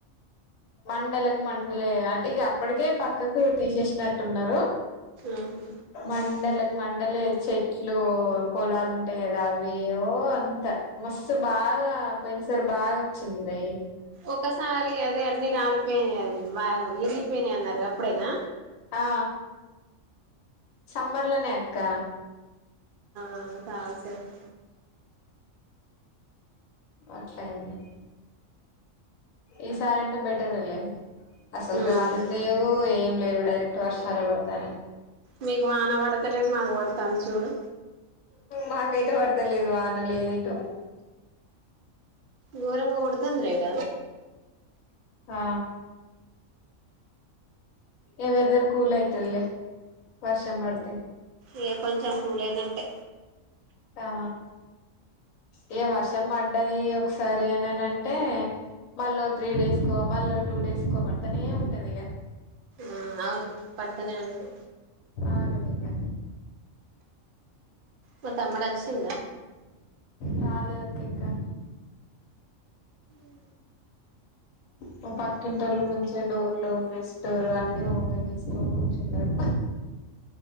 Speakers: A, on the left (about 85°); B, on the right (about 60°).
A: మండకం మండలే అంటే ఇగ అప్పటికే పక్కకు తీసేసినట్టున్నారు
B: ఆహు
A: మండలకి మండలే చెట్లు పొలాలు ఉంటాయి కదా అవి ఏవో అంత మస్తు బాగా పోయిన సారి బాగా వచ్చింది రై
B: ఒకసారి అదే అన్నీ రాలిపోయినాయి అది వా ఇరిగిపోయినాయి అన్నారు అప్పుడేనా
A: ఆ సమ్మర్లోనే అక్క
B: ఆ చాల సేపు
A: అట్లయ్యింది ఈసారి అంటే బెటరే లే అసలు
B: ఉమ్
A: గాలులు లేవు ఏం లేవు డైరెక్ట్ వర్షాలే పడతానాయి
B: మీకు వాన పడుతలేదు మాకు పడుతాంది చూడు
A: మాకైతే పడతలేదు వానలేవీ ఇటు
B: ఘోరంగా కొడుతుంది రా ఈడ
A: ఆ ఏ వెదర్ కూల్ ఐతుదిలే వర్షం పడితే
B: ఏ కొంచెం పూలైనట్టే
A: ఆ ఇగ వర్షం పడ్డది ఒకసారి అనని అంటే మళ్ళో త్రీ డేస్ కో మళ్ళో టూ డేస్ కో బడతానే ఉంటది ఇగ
B: ఆ అవును పడతనే ఉంటే
A: ఆగదు ఇగ
B: మీ‌ తమ్ముడు అచ్చిండా
A: రాలేదక్క ఇకా
B: ఊ
A: మాపక్కింటోళ్ళు ముంచిగా డోర్లు మెస్ డోర్ అన్నీ ఓపెన్ చేసుకో కూచున్నాడు